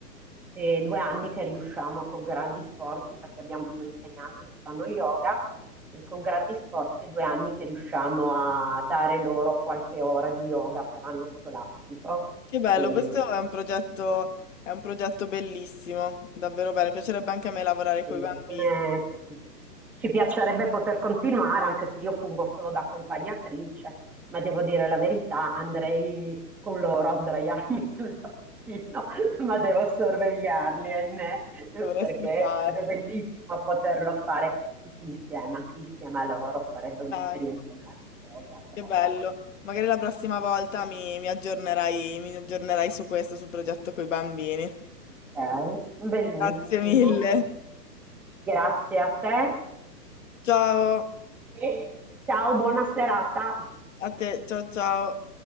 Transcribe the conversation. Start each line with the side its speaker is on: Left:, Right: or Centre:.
Centre: E due anni che riusciamo con grandi sforzi, perché abbiamo due insegnanti che fanno yoga, e con grandi sforzi è due anni che riusciamo a dare loro qualche ora di yoga per anno scolastico.
Left: Che bello,
Centre: E
Left: questo è un progetto, è un progetto bellissimo, davvero bello. Mi piacerebbe anche a me lavorare
Centre: Eh,
Left: con i bambini.
Centre: eh, ci piacerebbe poter continuare, anche se io fungo solo da accompagnatrice, ma devo dire la verità, andrei con loro a sdraiarmi <laughs> sul tappetino, ma devo sorvegliarli, ahimè,
Left: Dovresti
Centre: perché
Left: farlo,
Centre: sarebbe bellissimo poterlo fare tutti insieme, anche insieme a loro, sarebbe un'esperienza
Left: dai,
Centre: meravigliosa, trovo.
Left: che bello. Magari la prossima volta mi, mi aggiornerai, mi aggiornerai su questo, sul progetto con i bambini.
Centre: Ok, benissimo.
Left: Grazie mille.
Centre: Grazie a te
Left: Ciao
Centre: e ciao, buona serata.
Left: a te, ciao ciao.